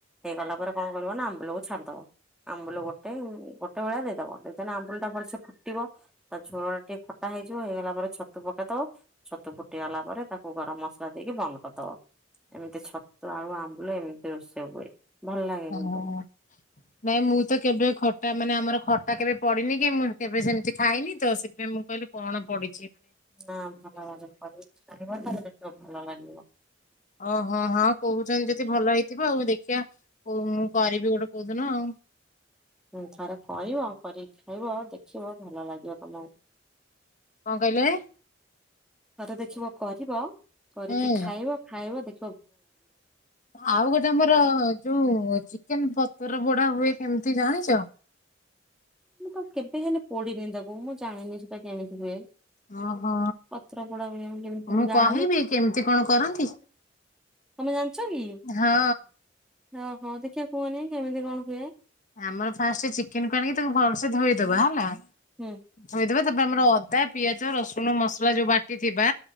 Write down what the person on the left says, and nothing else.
ଓ ନାଇଁ ମୁଁ ତ କେବେ ଖଟା ମାନେ ଆମର ଖଟା କେବେ ପଡେନି କି ମୁଁ କେବେ ସେମିତି। ଖାଇନି ତ ସେଥିପାଇଁ ମୁଁ କହିଲି କଣ ପଡ଼ୁ।
ଓହୋ ହଁ କହୁଛନ୍ତି ଯଦି ଭଲ ହେଇଥିବ ଆଉ ଦେଖିବା ହଉ ମୁଁ କରିବି ଗୋଟେ କୋଉଦିନ ଆଉ।
କଣ କହିଲେ?
ହୁଁ
ଆଉ ଗୋଟେ ଆମର ଯୋଉ ଚିକେନ ପ। ତାର ବଡା ହୁଏ କେମିତି ଜାଣିଛ?
ଓହୋ
ମୁଁ
କହିବି କେମିତି କଣ କରନ୍ତି
ହଁ।
ଆମର ଫାଷ୍ଟ ଚିକେନକୁ ଆଣିକି ତାକୁ ଭଲସେ ଧୋଇଦବା ହେଲା
ଧୋଇଦବା। ତାପରେ ଆମର ଅଦା ପିଆଜ ରସୁଣ ମସଲା ଯୋଉ ବାଟି ଥିବା